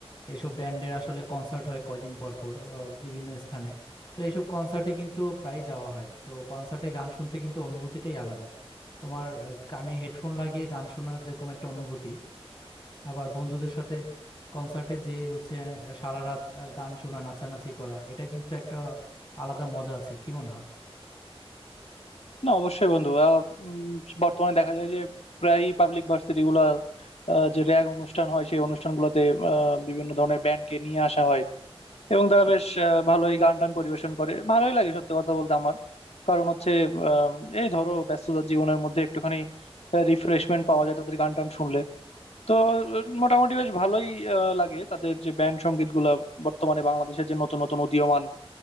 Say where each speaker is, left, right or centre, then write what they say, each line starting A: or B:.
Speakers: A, on the left (about 45°); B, on the left (about 85°).
A: এসব ব্যান্ডের আসলে কনসার্ট হয় কয়দিন পর পর আহ, বিভিন্ন স্থানে তো এইসব কনসার্টে কিন্তু প্রায় যাওয়া হয় তো কনসার্টে গান শুনতে কিন্তু অনুভূতিটাই আলাদা তোমার আহ, কানে হেডফোন লাগিয়ে গান শোনার যেরকম একটা অনুভূতি আবার বন্ধুদের সাথে কনসার্টে যে হচ্ছে সারা রাত গান শোনা নাচানাচি করা এটা কিন্তু একটা আলাদা মজা আছে কি মনে হয়
B: না অবশ্যই বন্ধু আহ, উম, বর্তমানে দেখা যায় যে প্রায় পাবলিক ভার্সিটি গুলা আহ, যে র্যাগ অনুষ্ঠান হয় সেই অনুষ্ঠানগুলোতে আহ, বিভিন্ন ধরনের ব্যান্ডকে নিয়ে আসা হয় এবং তারা বেশ আহ, ভালোই গান টান পরিবেশন করে ভালোই লাগে সত্যি কথা বলতে আমার কারণ হচ্ছে আহ, এই ধরো ব্যস্ততার জীবনের মধ্যে একটুখানি রিফ্রেশমেন্ট পাওয়া যায় তাদের গান টান শুনলে তো আহ, মোটামুটি বেশ ভালোই আহ, লাগে তাদের যে ব্যান্ড সঙ্গীত গুলা বর্তমানে বাংলাদেশের যে নতুন নতুন উদীয়মান